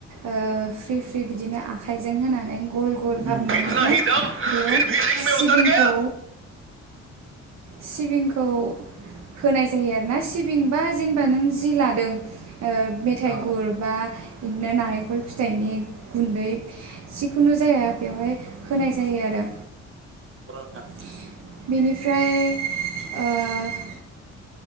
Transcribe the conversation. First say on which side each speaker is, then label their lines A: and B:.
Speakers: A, on the right; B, on the right.
A: ओ फ्रि फ्रि बिदिनो आखाइजों होनानै गल गल खामनानैहाय
B: उम इतना ही दम
A: बेयाव
B: फिर भी रिंग में
A: सिबिंखौ
B: उतर गया
A: सिबिंखौ होनाय जायो आरो ना सिबिंबा जेनेबा नों जि लादों ओ मेथाइ
B: औ
A: गुरबा बिदिनो नारेंखल फिथाइनि गुन्दै जिखुनु जाया बेवहाय होनाय जायो आरो
B: नंगौ नोंथां
A: बेनिफ्राय ओ